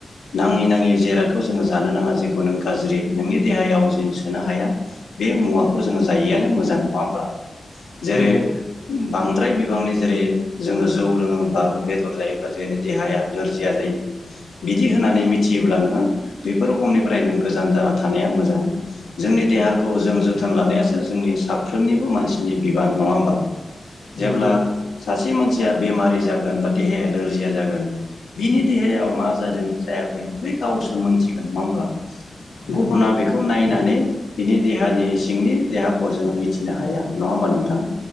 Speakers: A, on the left; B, on the left.
A: नाङि नाङि जिरादखौ जोङो जानो नाङा जेखौ नों गाज्रि नोंनि देहायाव जि सोनो हाया बे मुवाखौ जोङो जायिआनो मोजां नङा होमब्ला जेरै
B: नंगौ
A: बांद्राय बिबांनि जेरै जोङो जौ लोङोबा बेदर जायोब्ला जे देहाया नोरजिया जायो बिदि होननानै मिथियो ब्ला नोङो बेफोर <unintelligible> निफ्राय नों गोजान जाना थानाया मोजां जोंनि देहाखौ जों जोथोन लानायासो जोंनि साफ्रोमनिबो मानसिनि बिबान नङा होमा जेब्ला
B: नंगौ
A: सासे मानसिया बेमारि जागोन बा देहाया लोरजिया जागोन बिनि देहायाव मा जादों जायाखै बै गावसो मोनथिगोन नङा होमबा?
B: नंगौ
A: गुबुना बेखौ नायनानै बिनि देहानि सिंनि देहाखौ जोङो मिथिनो हाया नङा होमबा नोंथां